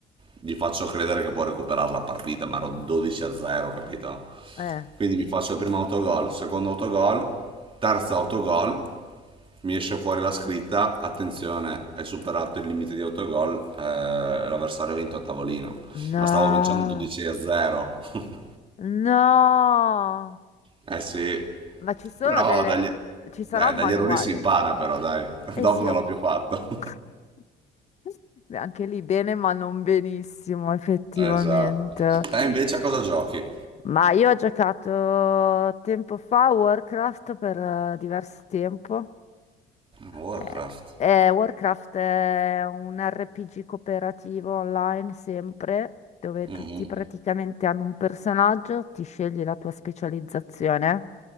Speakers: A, on the right; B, on the left.
A: gli faccio credere che può recuperare la partita, ma ero 12 a 0, capito?
B: eh.
A: Quindi mi faccio il primo autogol, secondo autogol, terzo autogol, mi esce fuori la scritta, attenzione, hai superato il limite di autogol, eh, l'avversario ha vinto a tavolino,
B: No,
A: ma stavo vincendo 12 a 0. <laughs>
B: no.
A: Eh sì,
B: Ma ci sono
A: però
B: delle...
A: dagli,
B: re-
A: eh,
B: Ci sarà un
A: dagli
B: manuale.
A: errori si impara però, dai, <laughs> dopo
B: Eh sì,
A: non
B: ho-
A: l'ho più fatto.
B: <laughs> Beh, Anche lì bene, ma non benissimo, effettivamente.
A: Eh, Esatto. Te invece a cosa giochi?
B: Ma io ho giocato tempo fa a Warcraft per eh, diverso tempo.
A: Warcraft.
B: Eh, eh, Warcraft è un RPG cooperativo online sempre, dove
A: Mhm.
B: tutti praticamente hanno un personaggio, ti scegli la tua specializzazione.